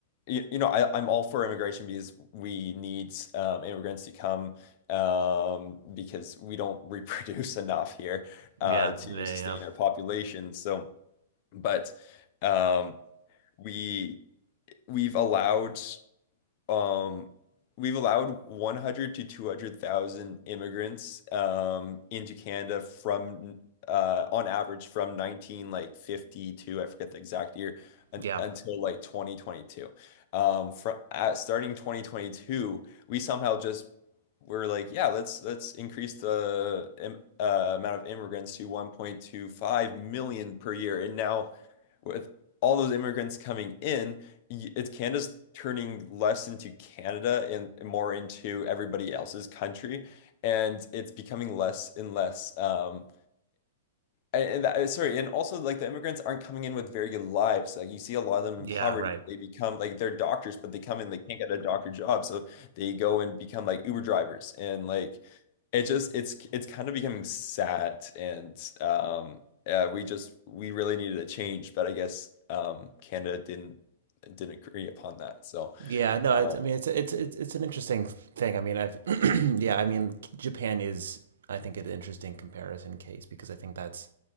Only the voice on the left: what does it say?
you, you know I, I'm all for immigration because we need um, immigrants to come um because we don't reproduce <laughs> enough here uh
to
sustain our population so but um we we've allowed um we've allowed 100 to 200,000 immigrants um into Canada from uh on average from 19 like 52 I forget the exact year un
until like 2022 um from at, starting 2022 we somehow just we're like yeah let's let's increase the im uh, amount of immigrants to 1.25 million per year and now with all those immigrants coming in it's Canada's turning less into Canada and more into everybody else's country, and it's becoming less and less. Um, and, that, uh, sorry, and also like the immigrants aren't coming in with very good lives. Like you see a lot of them
in poverty.
They become like they're doctors, but they come in, they can't get a doctor job, so they go and become like Uber drivers. And like it just it's it's kind of becoming sad. And um, uh, we just we really needed a change, but I guess um, Canada didn't didn't agree upon that. So
um,